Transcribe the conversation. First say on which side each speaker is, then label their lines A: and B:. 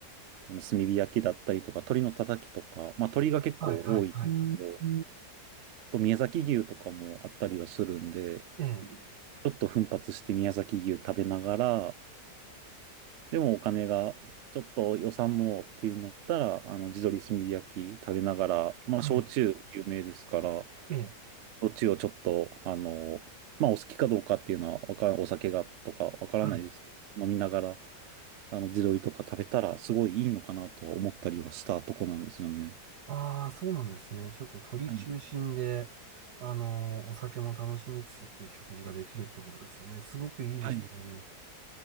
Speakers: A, on the right (about 90°); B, on the right (about 65°).
A: あの炭火焼きだったりとか、鶏のたたきとか、まあ、鶏が結構多いけど、
B: はい、はい、はい、はい。
A: あと宮崎牛とかもあったりはするんで、
B: ええ、
A: ちょっと奮発して宮崎牛食べながら、でもお金がちょっと予算もっていうのだったら、あの地鶏炭火焼き食べながら、まあ、
B: はい。
A: 焼酎有名ですから、
B: ええ、
A: どっちをちょっと、あの、まあ、お好きかどうかっていうのはわからん、お酒がとかわからないですけど、
B: はい。
A: 飲みながら、あの、地鶏とか食べたら、すごいいいのかなと思ったりはしたとこなんですよね。
B: ああ、そうなんですね。ちょっと鳥中心で、
A: はい。
B: あの、お酒も楽しみつつっていう食事ができるってことですよね。すごくいいですね。
A: はい。